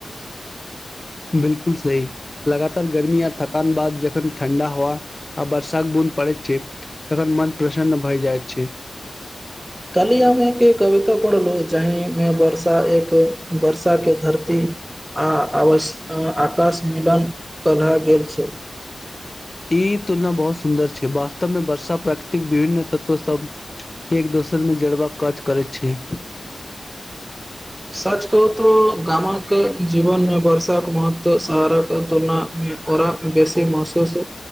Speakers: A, on the left; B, on the right.
A: बिलकुल सही लगातार गर्मी य थकान बाद जखन ठण्डा हावा आ बरसाक बुन पड़ छै तन मन प्रसन्न भइ जा छै
B: कलियामे एक कविता पढ़लो जहिमे वर्षा एक वर्षा के ध धरती आ आवश आकाश मिलन कहल गेल छै
A: ई तुलना बहुत सुन्दर छै वास्तव मे वर्षा प्रकृतिक विभिन्न तत्व सब एक दोसरमे जड़बाक काज करैत छी
B: सच कहू तऽ गाम के जीवन मे वर्षाके महत्व सहारा तुलनामे और बेसी महसूस